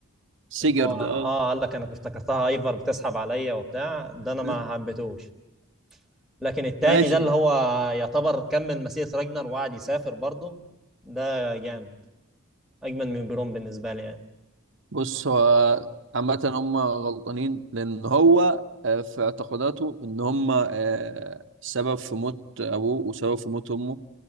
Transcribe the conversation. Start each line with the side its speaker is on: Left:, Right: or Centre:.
Right: سيجر
Centre: اللي هو
Right: ده
Centre: آه
Right: اه
Centre: قال لك أنا كنت افتكرتها أيفر بتسحب عليا وبتاع ده
Right: <laughs>
Centre: أنا ما حبيتهوش لكن التاني
Right: ماشي
Centre: ده اللي هو يعتبر كمل مسيرة راجنر وقعد يسافر برضه ده جامد أجمل من بيرون بالنسبة لي يعني
Right: بص هو عامة هم غلطانين لأن هو آه، في اعتقاداته إن هم آه، سبب في موت أبوه وسبب في موت أمه